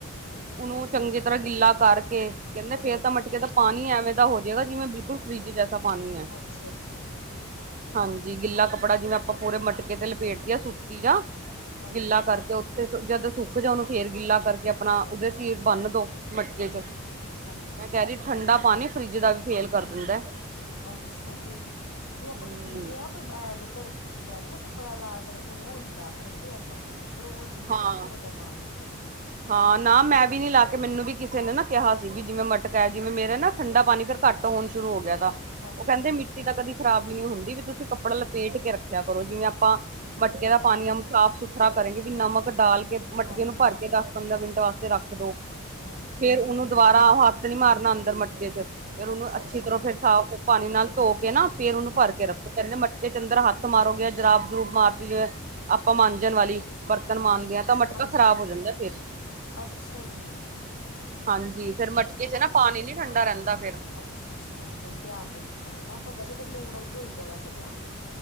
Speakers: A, on the left (about 70°); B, on the right (about 35°).
A: ਹਾਂਜੀ
B: ਉਹਨੂੰ
A: ਹਾਂਜੀ
B: ਚੰਗੀ ਤਰ੍ਹਾਂ ਗਿੱਲਾ ਕਰਕੇ, ਕਹਿੰਦੇ
A: ਅੱਛਾ
B: ਫੇਰ
A: ਅੱਛਾ
B: ਤਾਂ ਮਟਕੇ ਦਾ ਪਾਣੀ ਐਵੇਂ ਦਾ ਹੋ ਜ ਏਵੇ ਲਗਦਾ, ਜਿਵੇਂ ਬਿਲਕੁਲ ਫਰਿਜ ਜੈਸਾ ਪਾਣੀ ਐ।
A: ਅੱਛਾ ਜੀ
B: ਹਾਂਜੀ, ਗਿੱਲਾ ਕੱਪੜਾ ਜਿਵੇਂ ਆਪਾਂ ਪੂਰੇ ਮਟਕੇ ਤੇ ਲਪੇਟਦੇ ਆਂ, ਸੂਤੀ ਜਾ
A: ਹਾਂਜੀ
B: ਗਿੱਲਾ
A: ਹਾਂਜੀ
B: ਕਰਕੇ ਉੱਥੇ, ਜਦੋਂ ਸੁੱਕ ਜਾਓ ਉਹਨੂ ਫੇਰ ਗਿੱਲਾ ਕਰਕੇ ਆਪਣਾ, ਉਹਦੇ ਚ' ਈ ਬੰਨ ਦੋ। ਮਟਕੇ ਚ,
A: ਹਾਂਜੀ ਹਾਂਜੀ
B: ਮੈਂ
A: ਹਾਂਜੀ
B: ਕਹਿ ਰਹੀ ਠੰਡਾ ਪਾਣੀ ਫਰਿੱਜ ਦਾ ਵੀ ਫੇਲ ਕਰ ਦਿੰਦੈ।
A: ਅੱਛਾ ਜੀ, ਨੀ ਆਪਾਂ
B: ਹੂੰ
A: ਵੀ ਪੀਂਦੇ ਆਂ ਪਰ ਮੈਂ ਜੋ ਘੜੇ ਤੁਸੀਂ ਕਹਿ ਰਹੇ ਹੋ ਨਾਂ ਕੱਪੜਾ ਲਾ ਕੇ ਰੱਖੋ, ਉਹ ਨੀ ਲਾ ਕੇ ਰੱਖਦੇ ਆਪਾਂ। ਪਰ ਉਵੇ ਪੀਂਦੇ
B: ਹਾਂ
A: ਆਂ ਘੜੇ ਦਾ ਪਾਣੀ ਜਾਂ
B: ਹਾਂ, ਨਾਂ ਮੈਂ ਵੀ ਨੀ ਲਾਕੇ ਮੈਨੂੰ ਵੀ ਕਿਸੇ ਨੇ ਨਾ ਕਿਹਾ ਸੀ, ਵੀ ਜਿਵੇਂ ਮਟਕਾ ਜਿਵੇਂ ਮੇਰੇ ਨਾਂ, ਠੰਡਾ ਪਾਣੀ ਫ਼ੇਰ ਘੱਟ ਹੋਣ ਸ਼ੁਰੂ ਹੋ ਗਿਆ ਤਾ
A: ਹਾਂਜੀ
B: ਉ ਕਹਿੰਦੇ
A: ਹਾਂਜੀ
B: ਮਿੱਟੀ ਤਾਂ ਕਦੀ ਖਰਾਬ ਹੀ ਨਹੀਂ ਹੁੰਦੀ ਵੀ ਤੁਸੀਂ ਕੱਪੜਾ ਲਪੇਟ ਕੇ ਰੱਖਿਆ ਕਰੋ, ਜਿਵੇਂ ਆਪਾਂ ਮਟਕੇ ਦਾ
A: ਹਾਂਜੀ।
B: ਪਾਣੀ ਹਮ ਸਾਫ਼-ਸੁਥਰਾ ਕਰੇਗੇ ਵੀ ਨਮਕ ਡਾਲ ਕੇ ਕੇ ਮਟਕੇ
A: ਹਾਂਜੀ
B: ਨੂੰ ਭਰ
A: ਹਾਂਜੀ
B: ਕੇ ਦਸ-ਪੰਦਰਾਂ ਮਿੰਟ ਵਾਸਤੇ ਰੱਖ ਦੋ।
A: ਹਾਂਜੀ
B: ਫੇਰ ਉਹਨੂੰ ਦੁਬਾਰਾ ਉ ਹੱਥ ਨੀ ਮਾਰਨਾ ਅੰਦਰ ਮਟਕੇ ਚ, ਫੇਰ ਉਹਨੂੰ
A: ਅੱਛਾ
B: ਅੱਛੀ
A: ਅੱਛਾ
B: ਤਰੋਂ ਫਿਰ ਸਾਫ਼ ਪਾਣੀ ਨਾਲ ਧੋ ਕੇ ਨਾ ਫ਼ੇਰ ਉਹਨੂੰ
A: ਹਾਂਜੀ।
B: ਭਰ ਕੇ ਰੱਖੋ ਕਹਿੰਦੇ ਮਟ ਵਿਚ ਅੰਦਰ ਹੱਥ ਮਾਰੋਗੇ, ਜੁਰਾਬ-ਜਰੂਬ ਮਾਰਤੀ ਜਿਵੇ ਆਪਾਂ ਮਾੰਜਣ ਵਾਲੀ ਬਰਤਨ ਮਾਂਜਦੇ
A: ਹਾਂਜੀ-ਹਾਂਜੀ-ਹਾਂਜੀ,
B: ਹਾਂ ਤਾਂ ਮਟਕਾ ਖ਼ਰਾਬ ਹੋ ਜਾਂਦਾ ਫੇਰ
A: ਅੱਛਾ ਜੀ।
B: ਹਾਂਜੀ, ਫੇਰ ਮਟਕੇ ਚ ਨਾ ਪਾਣੀ ਨੀ ਠੰਡਾ ਰਹਿੰਦਾ ਫਿਰ।
A: ਅੱਛਾ-ਅੱਛਾ, ਹੁਣ ਧਿਆਨ ਰੱਖਾਂਗੇ ਨਾਆਪਾਂ, ਵੈਸੇ ਤਾਂ ਨੂਣ ਨਾਹੀ ਧੋਈ ਦਾ ਵੈਸੇ ਤਾਂ